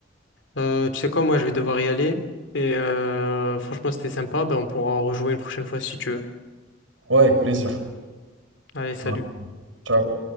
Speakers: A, on the left; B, on the right.
A: Euh, tu sais quoi, moi je vais devoir y aller. Et euh, franchement, c'était sympa. Ben, on pourra rejouer une prochaine fois si tu veux.
B: Ouais, avec plaisir.
A: Allez, salut.
B: Ouais. Ciao.